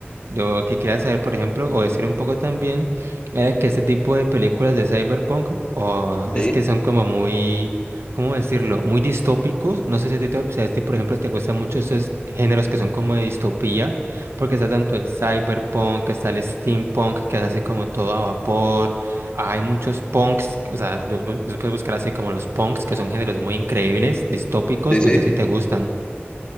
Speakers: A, on the right (about 85°); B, on the left (about 25°).
A: lo que quería saber, por ejemplo, o decir un poco también, era que ese tipo de películas de cyberpunk, o es
B: Sí,
A: que son como muy, ¿cómo decirlo? Muy distópicos. No sé si a ti, te- si a ti, por ejemplo, te gustan mucho esos géneros que son como de distopía, porque está tanto el cyberpunk, está el steampunk, que es así como todo a vapor. Hay muchos punks, o sea, los, bus- los puedes buscar así como los punks, que son géneros muy increíbles, distópicos,
B: sí,
A: y
B: sí,
A: no sé si te gustan.